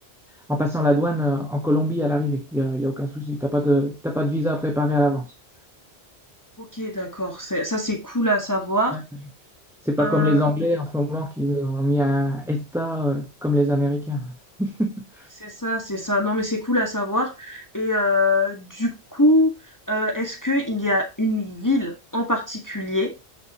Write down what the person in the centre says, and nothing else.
en passant la douane euh, en Colombie à l'arrivée. Il n'y a, y a aucun souci. T'as pas de, t'as pas de visa à préparer à l'avance.
Ouais. C'est pas
comme les Anglais en ce moment qu'ils ont mis un ESTA euh, comme les Américains. <laughs>